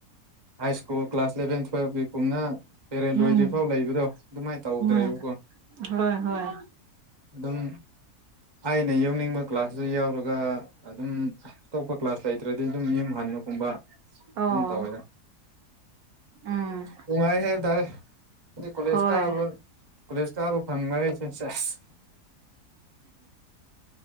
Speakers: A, on the right; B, on the right.
A: ꯍꯥꯏ ꯁ꯭ꯀꯨꯜ ꯀ꯭ꯂꯥꯁ ꯏꯂꯦꯚꯦꯟ ꯇꯨꯋꯜꯕꯀꯤꯒꯨꯝꯅ ꯄꯦꯔꯦꯗ
B: ꯎꯝ
A: ꯂꯣꯏꯗ꯭ꯔꯤ ꯐꯥꯎ ꯂꯩꯕꯗꯣ ꯑꯗꯨꯃꯥꯏ ꯇꯧꯗ꯭ꯔꯦꯕꯀꯣ
B: ꯎꯝ ꯍꯣꯏ ꯍꯣꯏ
A: ꯑꯗꯨꯝ ꯑꯩꯅ ꯌꯧꯅꯤꯡꯕ ꯀ꯭ꯂꯥꯁꯇ ꯌꯥꯎꯔꯒ ꯑꯗꯨꯝ ꯑꯇꯣꯞꯄ ꯀ꯭ꯂꯥꯁ ꯂꯩꯇ꯭ꯔꯗꯤ ꯑꯗꯨꯝ ꯌꯨꯝ ꯍꯟꯕꯒꯨꯝꯕ
B: ꯑꯣ
A: ꯑꯗꯨꯝ ꯇꯧꯋꯦꯗ
B: ꯎꯝ
A: ꯅꯨꯡꯉꯥꯏ ꯍꯥꯏꯕ ꯇꯔꯦ ꯑꯗꯨꯏ ꯀꯣꯂꯦꯖ
B: ꯍꯣꯏ
A: ꯀꯕ ꯀꯥꯕꯥ ꯐꯪꯕ ꯍꯥꯏꯁꯦ ꯁꯦꯁ